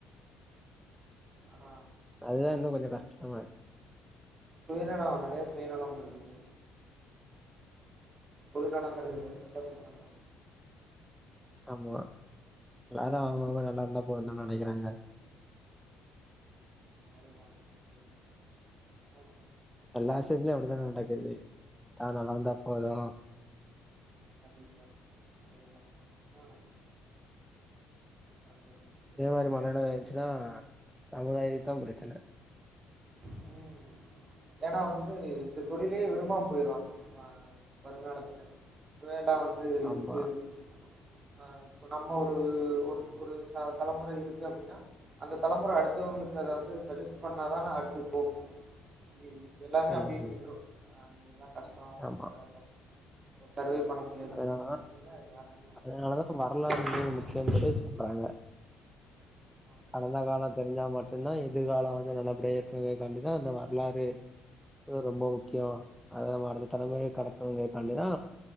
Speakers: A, on the right; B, in the centre.
A: ஆனா
B: அதுதா இன்னு கொஞ்சோ கஷ்டமா இருக்கு
A: சுயநலோ நறைய சுயநலம் இருக்குது பொது நலங்கறது வேறு இந்த சுயநலோ
B: ஆமா எல்லாரு அவுங்கவுங்க நல்லாருந்தா போதுன்தா நெனைக்குறாங்க
A: அதுதா அதுதா அதுதா <inaudible>
B: எல்லா விஷ்யத்திலு அப்டிதான நடக்குது தா நல்லாருந்தா போது
A: கண்டிப்பா அதேதா அப்டியா ஆ நடந்துட்ருக்
B: இதே மாரி மனநில இருந்ச்சுனா சமுதாயத்துக்தா ப்ரச்சன
A: ம் ஏன்னா வந்து இந்த தொழில்யே விரும்பாம் போய்ர்வாங்க மா அ வருங்காலத்துல இப்வே எல்லா வந்து இருக்கு
B: ஆமா.
A: ஒ ஆ இப்போ நம்ம ஒரு ஒரு ஒரு ச தலமொறை இருக்கு அப்டின்னா அந்த தலமொற அடுத்தவ்ங்களுக்கு அத வந்து சஜஸ் பண்ணாதான அடுத் து போகு எ ஈ எல்லாமே
B: ம்.
A: அப்ட்யே நின்று ஆஇ எல்லா கஷ்டோ
B: ஆமா.
A: இப்ப தப்பு சர்வே பண்ணம் எறந்துன
B: அதனால தான்
A: நெலமைய்ல யாராலயு
B: அதனால
A: உணர முடியும்
B: தான் வரலாறுங்கிறது முக்கியம்னு சொல்லி சொல்றாங்க. கடந்த கால தெரிஞ்சா மட்டுன்தா எதிர்கால வந்து நல்லபடியா இருக்குவே காண்டிதா அந்த வர்லாறு இ ரொம்ப முக்யோ அத நம்ம அடுத்த தலமுறைக் கடத்தணுங்கேகாண்டிதா